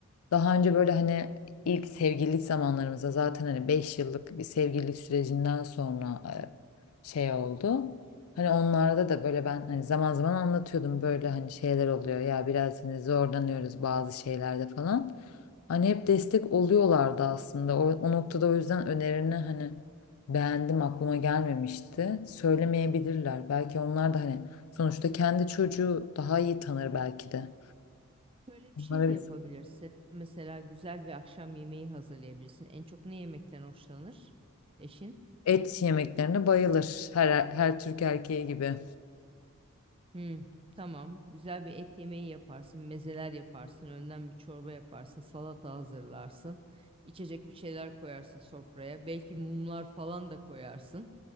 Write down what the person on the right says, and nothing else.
Şöyle
bir şey de yapabilirsin.
Mesela güzel bir akşam yemeği hazırlayabilirsin. En çok ne yemekten hoşlanır eşin?
Hmm, tamam. Güzel bir et yemeği yaparsın, mezeler yaparsın, önden bir çorba yaparsın, salata hazırlarsın. içecek bir şeyler koyarsın sofraya. Belki mumlar falan da koyarsın.